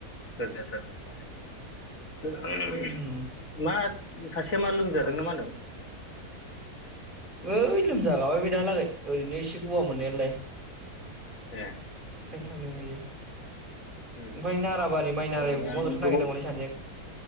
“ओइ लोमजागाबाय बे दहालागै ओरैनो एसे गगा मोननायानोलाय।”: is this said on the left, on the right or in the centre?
Right